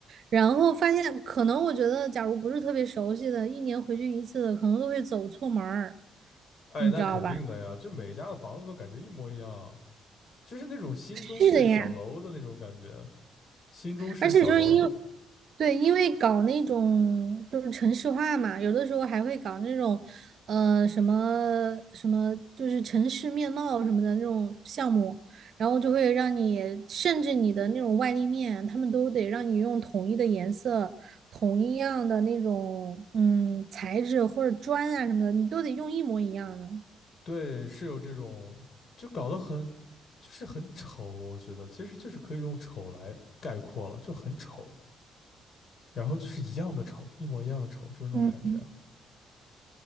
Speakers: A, on the right; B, on the left.
A: 然后发现可能我觉得，假如不是特别熟悉的，一年回去一次，可能都会走错门儿，
B: 哎，
A: 你知道吧？
B: 那肯定的呀，就每一家的房子都感觉一模一样，就是那种新中式小楼的那种感觉，
A: 是的呀，
B: 新中式小楼。
A: 而且就是因为，对，因为搞那种就是城市化嘛，有的时候还会搞那种，呃，什么什么，就是城市面貌什么的那种项目，然后就会让你，甚至你的那种外立面，他们都得让你用统一的颜色、同一样的那种，嗯，材质或者砖啊什么的，你都得用一模一样的。
B: 对，是有这种，就搞得很，就是很丑，我觉得其实就是可以用丑来概括了，就很丑，然后就是一样的丑，一模一样的丑，就是那种感觉啊，
A: 嗯，